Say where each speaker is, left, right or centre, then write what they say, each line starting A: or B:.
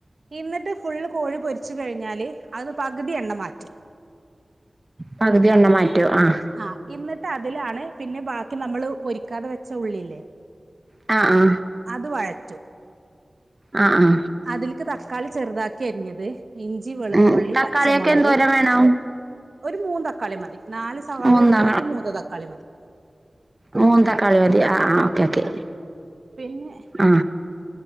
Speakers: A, on the right; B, on the right.
A: എന്ന്ട്ട് ഫുള്ള് കോഴി പൊരിച്ചു കഴിഞ്ഞാല് അഹ് ന്ന് പകുതി എണ്ണ മാറ്റും
B: പകുതിയെണ്ണം മാറ്റോ ആഹ്
A: ആഹ് എന്നിട്ട് അതിലാണ് പിന്നെ ബാക്കി നമ്മള് പൊരിക്കാതെ വെച്ച ഉള്ളില്ലേ.
B: ആ ആ
A: അത് വഴറ്റും
B: ആ ആഹ
A: അതിലേക്ക് തക്കാളി ചെറുതാക്കി അരിഞ്ഞത് ഇഞ്ചി, വെളുത്തുള്ളി,
B: ഉം തക്കാളിയൊക്കെ
A: പച്ചമുളക്,
B: എന്തോരം വേണം
A: ഒരു മൂന്ന് തക്കാളി മതി നാല് സവാള
B: മൂന്നാ
A: എടുക്കണെങ്കി മൂന്ന തക്കാളി മതി.
B: മൂന്ന് തക്കാളി മതി ആ ആ ഓക്കെ ഓക്കെ
A: ആ പിന്നെ
B: ആ